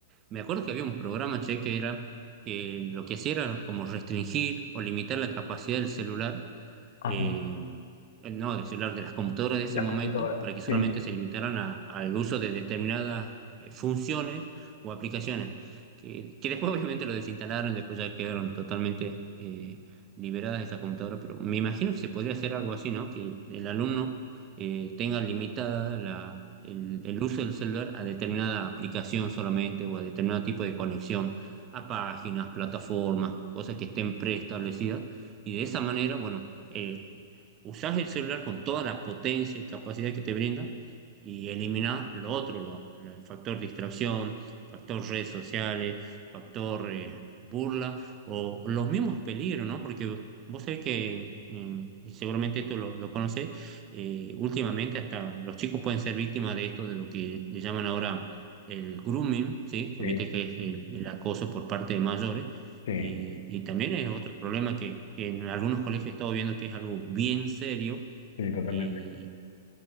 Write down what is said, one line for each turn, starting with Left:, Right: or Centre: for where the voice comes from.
Right: Me acuerdo que había un programa, che, que era que lo que hacía era como restringir o limitar la capacidad del celular
Left: Ajá.
Right: eh, no del celular, de las computadoras de ese
Left: La
Right: momento,
Left: computadora.
Right: para que solamente
Left: sí,
Right: se limitaran a- al uso de determinadas eh, funciones o aplicaciones, que, que después <laughs> obviamente lo desinstalaron y después ya quedaron totalmente eh, liberadas de esa computadora, pero me imagino que se podría hacer algo así, ¿no? Que el alumno eh, tenga limitada la... El, el uso del celular a determinada aplicación solamente o a determinado tipo de conexión a páginas, plataformas, cosas que estén preestablecidas y de esa manera, bueno, eh, usás el celular con toda la potencia y capacidad que te brinda y eliminás lo otro, lo- lo- el factor distracción, factor redes sociales, factor eh, burla o los mismos peligros, ¿no? Porque vos sabés que, eh, y seguramente esto lo, lo conocés, eh, últimamente hasta los chicos pueden ser víctimas de esto, de lo que le llaman ahora el grooming, ¿sí?
Left: Sí,
Right: Viste que es el el acoso por parte de mayores
Left: sí,
Right: y, y también es otro problema que, que en algunos colegios he estado viendo que es algo bien serio
Left: sí, totalmente.
Right: y,